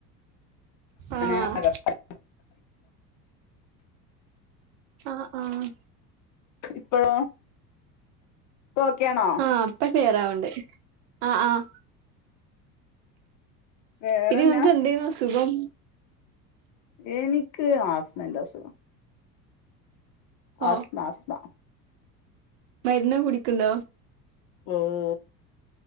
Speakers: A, on the right; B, on the left.
A: ആഹ്
B: ഞാൻ അകത്താ
A: ആഹ് ആഹ്
B: ഇപ്പഴോ, ഇപ്പം ഓക്കേ ആണോ?
A: ആഹ് ഇപ്പൊ ക്ലിയർ ആവുണ്ട് ആഹ് ആഹ്.
B: വേറെന്നാ
A: പിന്നെ നിങ്ങൾക്ക് എന്ത് ആയിരുന്നു അസുഖം.
B: എനിക്ക് ആസ്മന്റെ അസുഖം.
A: ഓ
B: ആസ്മ ആസ്മ.
A: മരുന്ന് കുടിക്കുണ്ടോ?
B: ഓഹ്